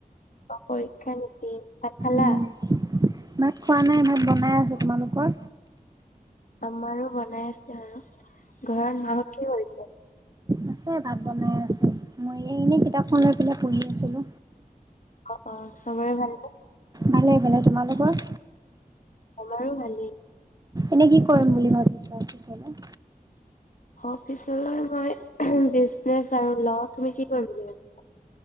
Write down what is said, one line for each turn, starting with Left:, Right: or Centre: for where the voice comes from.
Left: পৰীক্ষা নীতি। ভাত খালা।
Right: উম। ভাত খোৱা নাই ভাত বনাই আছে তোমালোকৰ।
Left: আমাৰো বনাই আছে আৰু ঘৰত মাহত কি কৰিছে?
Right: আছে। ভাত বনাই আছে। মই এ ইনেই কিতাপখন লৈ পেলাই পঢ়ি। ছিলো
Left: অ' অ' চবৰে ভাল নে?
Right: ভালে ভালে তোমালোকৰ?
Left: আমাৰো ভালেই।
Right: এনেই কি কৰিম বুলি ভাবিছা পিছলে?
Left: অফিচলৈ মই <unintelligible> আৰু ল তুমি কি কৰিম বুলি ভাবিছা